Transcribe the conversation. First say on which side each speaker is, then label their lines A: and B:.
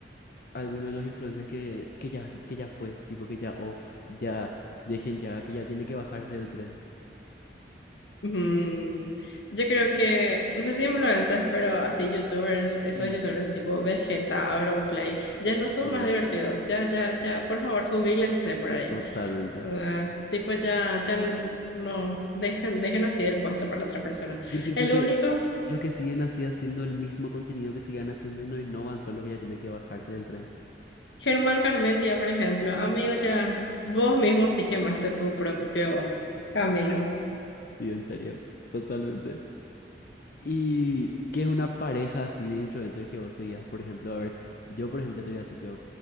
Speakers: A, on the left; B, on the left.
A: algunos de los influencers que, que ya, que ya fue? Tipo que ya off, ya dejen ya, que ya tiene que bajarse del tren.
B: Mm, yo creo que, no sé si influencers, pero así youtubers, esos
A: Mm,
B: youtubers de tipo Vegeta, Auronplay, ya no son
A: sí.
B: más divertidos, ya, ya, ya, por favor, jubílense por ahí.
A: Totalmente.
B: Ah, es tipo, ya, ya, n- no, dejen, dejen así el puesto para otra persona.
A: Yo siento
B: El
A: que
B: único,
A: los que siguen así haciendo el mismo contenido que siguen haciendo y no innovan son los que ya tienen que bajarse del tren.
B: Germán Garmendia, por ejemplo, amigo, ya, vos mismo sí quemaste tu propio camino.
A: Sí, en serio. Totalmente. ¿Y qué es una pareja así de influencers que vos seguías? Por ejemplo, a ver, yo por ejemplo te voy a decir yo,